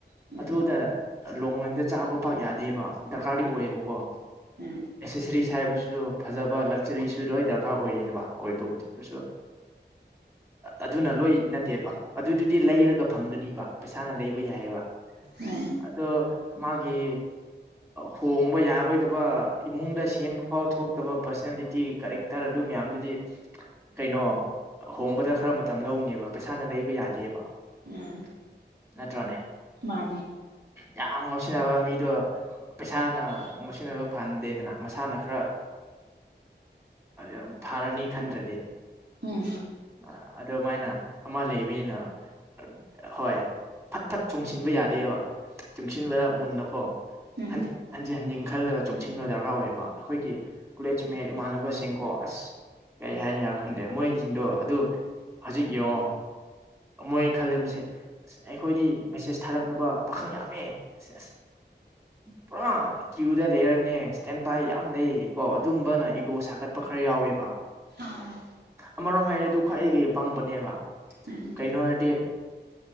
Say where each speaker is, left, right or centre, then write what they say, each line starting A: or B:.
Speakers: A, on the right (about 65°); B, on the right (about 15°).
A: ꯎꯝ
B: ꯑꯗꯨꯗ ꯂꯣꯡꯉ‌ꯣꯟꯗ ꯆꯥꯕ ꯄꯥꯛ ꯌꯥꯗꯦꯕ ꯗꯔꯀꯥꯔꯗꯤ ꯑꯣꯏꯌꯦꯕꯀꯣ
A: ꯎꯝ
B: ꯑꯦꯁꯦꯁꯔꯤꯁ ꯍꯥꯏꯕꯁꯤꯁꯨ ꯐꯖꯕ ꯂꯛ ꯆꯔꯤꯁꯨ ꯂ ꯗꯔꯀꯥꯔ ꯑꯣꯏꯔꯤꯅꯦꯕ ꯑ ꯑꯣꯏꯣꯏꯕꯕꯨꯗꯤ ꯑꯗꯨꯁꯨ ꯑꯗꯨꯅ ꯂꯣꯏ ꯅꯠꯇꯦꯕ ꯑꯗꯨꯗꯨꯗꯤ ꯂꯩꯔꯒ ꯐꯪꯗꯅꯤꯕ ꯄꯩꯁꯥꯅ ꯂꯩꯕ ꯌꯥꯏꯑꯕ
A: ꯎꯝ
B: ꯑꯗꯣ ꯃꯥꯒꯤ ꯍꯣꯡꯕ ꯌꯥꯔꯣꯏꯗꯕ ꯏꯃꯨꯡꯗ ꯁꯦꯝꯕ ꯐꯥꯎ ꯊꯣꯛꯇꯕ ꯄꯥꯔꯁꯣꯅꯦꯜꯂꯤ ꯇꯦ ꯀꯦꯔꯦꯛꯇꯔ ꯑꯗꯨ ꯃꯌꯥꯝꯗꯨꯗꯤ ꯀꯩꯅꯣ ꯍꯣꯡꯕꯗ ꯈꯔ ꯃꯇꯝ ꯂꯧꯅꯦꯕ ꯄꯩꯁꯥꯅ ꯂꯩꯕ ꯌꯥꯗꯦꯕ
A: ꯎꯝ
B: ꯅꯠꯇ꯭ꯔꫭꯅꯦ
A: ꯃꯥꯅꯦ
B: ꯌꯥꯝ ꯉꯥꯎꯁꯤꯟꯅꯕ ꯃꯤꯗꯣ ꯄꯩꯁꯥꯅ ꯉꯥꯎꯁꯤꯟꯅꯕ ꯐꯍꯟꯗꯦꯗꯅ ꯃꯁꯥꯅ ꯈꯔ ꯑ ꯌꯥꯝ ꯐꯥꯔꯅꯤ ꯈꯟꯗ꯭ꯔꯗꯤ
A: ꯎꯝ
B: ꯑ ꯑꯗꯨꯃꯥꯏꯅ ꯑꯃ ꯂꯩꯕꯅꯤꯅ ꯍꯣꯏ ꯐꯠ ꯐꯠ ꯆꯨꯡꯁꯤꯟꯕ ꯌꯥꯗꯦꯕ ꯆꯨꯡꯁꯤꯟꯕꯗ ꯃꯨꯟꯅꯀꯣ
A: ꯎꯝ
B: ꯍꯟꯖꯤꯟ ꯍꯟꯖꯤꯟ ꯖꯦꯅꯤꯡ ꯈꯜꯂꯒ ꯆꯣꯡꯁꯤꯟꯕ ꯗꯔꯀꯥꯔ ꯑꯣꯏꯌꯦꯕ ꯑꯩꯈꯣꯏꯒꯤ ꯀꯣꯂꯦꯖ ꯃꯦꯠ ꯏꯃꯥꯟꯅꯕꯁꯤꯡꯀꯣ ꯑꯁ ꯀꯩ ꯍꯥꯏꯅꯤꯡꯏꯅꯣ ꯈꯪꯗꯦ ꯃꯣꯏꯁꯤꯡꯗꯣ ꯑꯗꯨ ꯍꯧꯖꯤꯛ ꯌꯦꯡꯉꯣ ꯃꯣꯏ ꯈꯜꯂꯤꯝꯕꯁꯦ ꯑꯁ ꯑꯩꯈꯣꯏꯗꯤ ꯃꯦꯁꯦꯖ ꯊꯥꯔꯛꯅꯕ ꯄꯥꯈꯪ ꯌꯥꯝꯃꯦ ꯁꯦꯖ ꯄꯨꯔꯥ <unintelligible> ꯀ꯭ꯌꯨꯗ ꯂꯩꯔꯕꯅꯦ ꯁ꯭ꯇꯦꯟ ꯕꯥꯏ ꯌꯥꯝ ꯂꯩꯌꯦ ꯀꯣ ꯑꯗꯨꯒꯨꯝꯕꯅ ꯏꯒꯣ ꯁꯥꯒꯠꯄ ꯈꯔ ꯌꯥꯎꯋꯦꯕ
A: ꯑꯥ
B: ꯑꯃꯔꯣꯝ ꯍꯥꯏꯔꯦ ꯑꯗꯨ ꯈ꯭ꯋꯥꯏꯗꯒꯤ ꯄꯪꯕꯅꯦꯕ
A: ꯎꯝ
B: ꯀꯩꯅꯣ ꯍꯥꯏꯔꯗꯤ